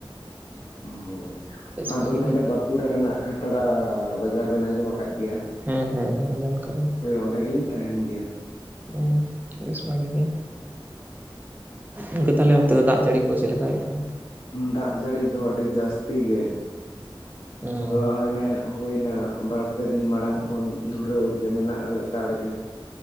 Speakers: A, on the right; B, on the left.
A: <inaudible>
B: ᱦᱳᱭ ᱟᱫᱚ
A: ᱵᱷᱟᱜᱤ
B: ᱱᱚᱰᱮ
A: ᱜᱮ
B: ᱵᱟᱸᱠᱩᱲᱟ ᱨᱮᱱᱟᱜ ᱠᱷᱟᱛᱲᱟ ᱵᱟᱡᱟᱨ ᱵᱮᱤᱱ ᱟᱸᱡᱚᱢ ᱟᱠᱟᱫ ᱜᱮᱭᱟ
A: ᱦᱮᱸ ᱦᱮᱸ ᱦᱮᱸ ᱟᱸᱡᱚᱢ ᱠᱟᱜ ᱟᱞᱤᱧ
B: ᱦᱳᱭ ᱚᱸᱰᱮ ᱜᱮᱞᱤᱧ ᱛᱟᱦᱮᱱ ᱜᱮᱭᱟ
A: ᱦᱩᱸ ᱵᱮᱥ ᱵᱷᱟᱹᱜᱤ ᱜᱮ ᱤᱱᱠᱟᱹ ᱛᱟᱦᱞᱮ ᱚᱱᱛᱮ ᱫᱚ ᱫᱟᱜ ᱡᱟᱹᱲᱤ ᱠᱚ ᱪᱮᱫ ᱞᱮᱠᱟ ᱦᱩᱭᱩᱜ ᱠᱟᱱᱟ?
B: ᱫᱟᱜ ᱡᱟᱹᱲᱤ ᱫᱚ ᱟᱹᱰᱤ ᱡᱟᱹᱥᱛᱤ ᱜᱮ
A: ᱦᱩᱸ
B: ᱦᱚ ᱢᱟᱱᱮ ᱦᱩᱭᱱᱟ ᱵᱟᱨᱯᱮ ᱫᱤᱱ ᱢᱟᱲᱟᱝ ᱠᱷᱚᱱ ᱫᱷᱩᱨᱟᱹᱣ ᱜᱮ ᱢᱮᱱᱟᱜᱼᱟ ᱞᱮᱛᱟᱲ ᱜᱮ